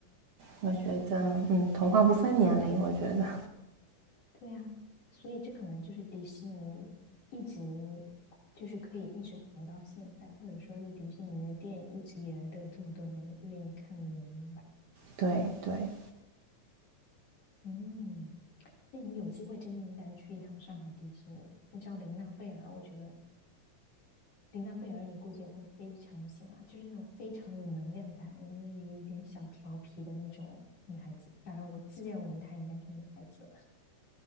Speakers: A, on the right; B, on the left.
A: 我觉得，嗯，童话不分年龄，我觉得，
B: 对呀，所以这可能就是迪士尼一直就是可以一直活到现在，或者说是迪士尼的电影一直以来都有这么多人愿意看的原因吧。
A: 对对。
B: 嗯，那你有机会真的应该去一趟上海迪士尼。你知道琳娜贝尔，我觉得琳娜贝尔你估计也会非常喜欢，就是那种非常有能量感，然后又有一点小调皮的那种女孩子。当然，我自认为她应该是女孩子。